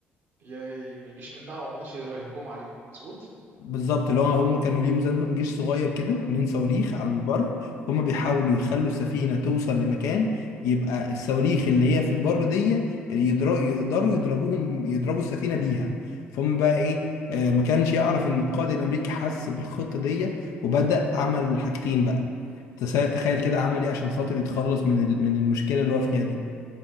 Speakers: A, on the right; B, on the left.
A: يا- ما يجيش منها وما يقدرش يهجم عليهم مظبوط
B: بالظبط اللي هو هم كانوا ليهم زمزم جيش صغير كده عاملين صواريخ
A: امم
B: على البر هم بيحاولوا يخلوا السفينة توصل لمكان يبقى الصواريخ اللي هي في البر دي يقدروا يقدروا يضربوهم يضربوا السفينة بيها فهم بقى ايه آه ما كانش يعرف ان القائد الامريكي حس بالخطة دي وبدأ عمل حاجتين بقى تس- تخيل كده عمل ايه عشان خاطر يتخلص من ال- من المشكلة اللي هو فيها دي